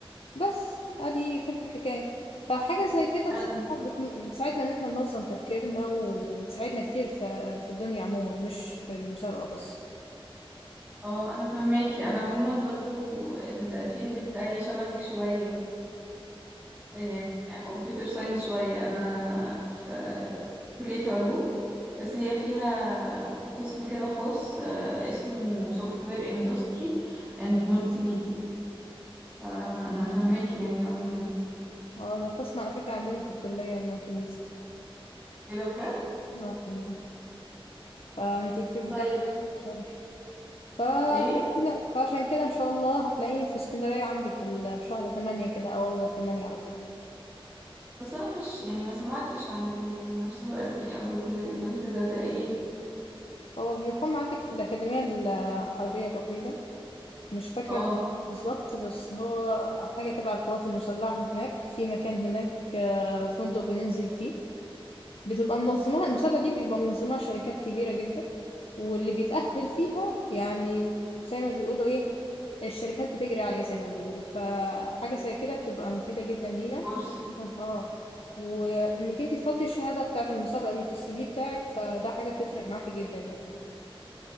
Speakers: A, on the left (about 80°); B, on the right (about 15°).
A: بس أدي كل الحكاية فحاجة زي كده بصراحة
B: انا
A: بتن- بتساعدنا إن إحنا ننظم تفكيرنا وبتساعدنا كتير في في الدنيا عموما مش في المسابقة بس
B: اه انا فهماكي انا عموما برضو الفيلد بتاعي شبهك شوية يعني كمبيوتر ساينس شوية انا في كلية علوم بس هي فيها قسم كده خاص آه، اسمه سوفت وير اندستري اند مولتي ميديا فانا فاهماكي يعني عموما
A: اه ده قسم على فكرة عندنا في الكلية المالتي ميديا
B: ايه ده بجد
A: اه والله فانتي الفيلد
B: طيب
A: فعلا
B: انت
A: شرح فعشان
B: ايه
A: كده فعشان كده ان شاء الله هتلاقيني في اسكندرية عندك ال- في شهر تمانية كده او اول تمانية على طول
B: بس انا مش يعني ما سمعتش عن المسابقة دي او الايفنت ده ده ايه
A: هو بيقام عندك في الأكاديمية الحربية تقريبا مش فاكرة
B: اه
A: بالظبط بس هو حاجة تبع القوات المسلحة هناك في مكان هناك آه، فندق بننزل فيه بتبقى منظمة المسابقة دي بيبقى منظمها شركات كبيرة جدا واللي بيتأهل فيها يعني زي ما بيقولوا ايه الشركات بتجري عليه زي ما بيقولوا فحاجة زي كده بتبقى مفيدة جدا لينا
B: كورس
A: <laughs> اه وانك انت تحطي الشهادة بتاعة المسابقة دي في السي في بتاعك فده حاجة بتفرق معاكي جدا يعني